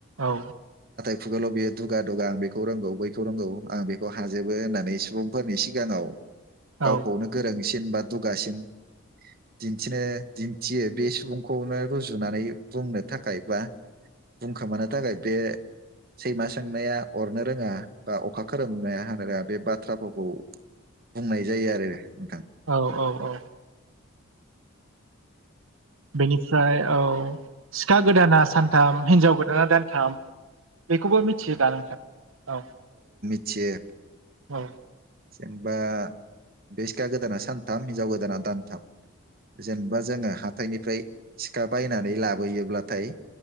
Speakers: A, on the right; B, on the right.
A: औ
B: खुगाल' बेयो दुगा दुगा आं बेखौ रोंगौ बैखौ रोंगौ आं बेखौ हाजोबो होननानै सुबुंफोरनि सिगाङाव गावखौनो
A: औ
B: गोरों बा दुगासिन दिन्थिनो दिन्थियो बे सुबुंखौनो रुजुनानै बुंनो थाखाय बा बुंखोमानो थाखाय बे सैमा सोंनाया अरनो रोङा बा अखा खोरोमनाया होनो रोङा बे बाथ्राफोरखौ बुंनाय जायो आरो
A: औ औ औ बेनिफ्राय औ सिखा गोदाना सानथाम हिनजाव गोदाना दानथाम। बेखौबो मिथियोदा नोंथां औ
B: थियो
A: औ
B: जेनेबा बे सिखा गोदाना सानथाम हिनजाव गोदाना दानथाम। जेनेबा जोङो हाथायनिफ्राय सिखा बायनानै लाबोयोब्लाथाय